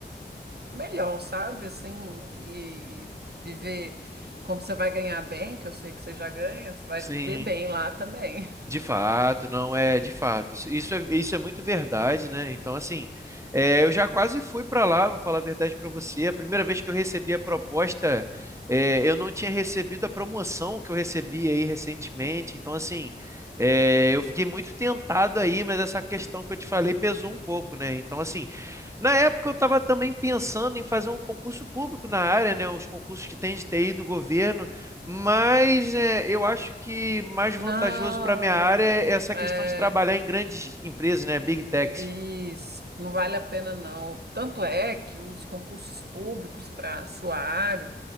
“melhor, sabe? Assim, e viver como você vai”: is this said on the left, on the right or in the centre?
Right